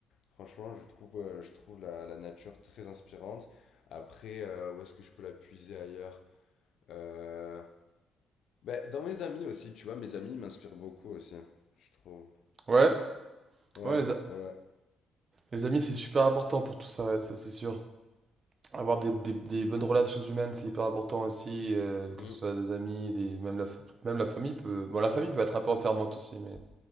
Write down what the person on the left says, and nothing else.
Franchement, je trouve, euh, je trouve la, la nature très inspirante. Après, euh, où est-ce que je peux la puiser ailleurs? Euh, bah, dans mes amis aussi, tu vois, mes amis m'inspirent beaucoup aussi, je trouve.
Ouais,
ouais.
Mm,